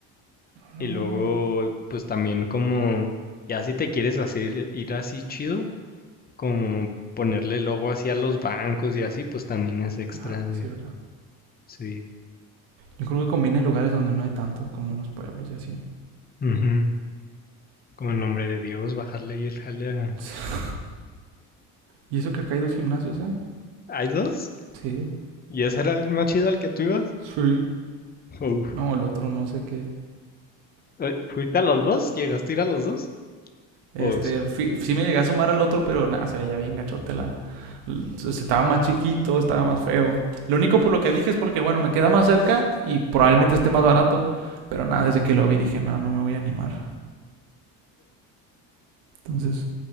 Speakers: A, on the right; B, on the left.
A: No.
B: Y luego, pues también como, ya si te quieres hacer ir así chido, como ponerle logo así a los bancos y así, pues también es extra
A: Ah, pues
B: de,
A: sí, ¿verdad?
B: sí.
A: Yo creo que conviene en lugares donde no hay tanto, como en los pueblos y así.
B: Ujú. Como en nombre de Dios, bajarle ahí el jale a...
A: <laughs> Y eso que acá hay dos gimnasios, ¿eh?
B: ¿Hay dos?
A: Sí.
B: ¿Y ese era el más chido al que tú ibas?
A: Sí.
B: Uf.
A: No, el otro no sé qué.
B: Eh, ¿Fuiste a los dos? ¿Llegaste a ir a los dos?
A: Este,
B: Pues...
A: fi- sí me llegué a asomar al otro, pero nada, se veía bien gachote la... se- Estaba más chiquito, estaba más feo. Lo único por lo que dije es porque, bueno, me queda más cerca y probablemente esté más barato. Pero nada, desde que lo vi dije, no, no me voy a animar. Entonces,